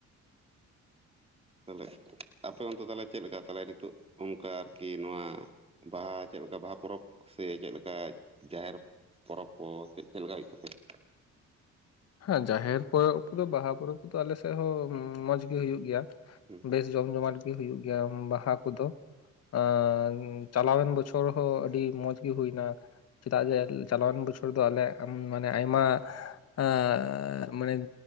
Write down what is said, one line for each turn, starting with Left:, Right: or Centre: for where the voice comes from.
Right: ᱛᱟᱦᱮ ᱟᱯᱮ ᱚᱱᱛᱮ ᱛᱮ ᱪᱮᱫᱞᱮᱠᱟ ᱛᱟᱞᱮ ᱱᱤᱛᱚᱜ ᱚᱱᱠᱟ ᱟᱨᱠᱤ ᱱᱚᱣᱟ ᱵᱟᱦᱟ ᱪᱮᱫ ᱞᱮᱠᱟ ᱵᱟᱦᱟ ᱯᱚᱨᱚᱵᱽ ᱥᱮ ᱪᱮᱫ ᱞᱮᱠᱟ ᱡᱟᱦᱮᱨ ᱯᱚᱨᱚᱵᱽ ᱠᱚ ᱪᱮᱫ ᱪᱮᱫ ᱞᱮᱠᱟ ᱦᱩᱭᱩᱜ ᱛᱟᱯᱮᱭᱟ
Left: ᱦᱮᱸ ᱡᱟᱦᱮᱨ ᱯᱚᱨᱚᱵᱽ ᱠᱚᱫᱚ ᱵᱟᱦᱟ ᱯᱚᱨᱚᱵᱽ ᱠᱚᱫᱚ ᱟᱞᱮ ᱥᱮᱫ ᱦᱚᱸ ᱢᱚᱸᱡᱽᱜᱤ ᱦᱩᱭᱩᱜ ᱜᱮᱭᱟ
Right: ᱦᱮᱸ
Left: ᱵᱮᱥ ᱡᱚᱢ ᱡᱚᱢᱟᱴ ᱜᱮ ᱦᱩᱭᱩᱜ ᱜᱮᱭᱟ ᱵᱟᱦᱟ ᱠᱚᱫᱚ ᱟᱨ ᱪᱟᱞᱟᱣᱮᱱ ᱵᱚᱪᱷᱚᱨ ᱦᱚᱸ ᱟᱹᱰᱤ ᱢᱚᱸᱡᱽ ᱜᱮ ᱦᱩᱭ ᱮᱱᱟ ᱪᱮᱫᱟᱜ ᱡᱮ ᱪᱟᱞᱟᱣᱮᱱ ᱵᱚᱪᱷᱚᱨ ᱫᱚ ᱟᱞᱮ ᱢᱟᱱᱮ ᱟᱭᱢᱟ ᱮ ᱢᱟᱱᱮ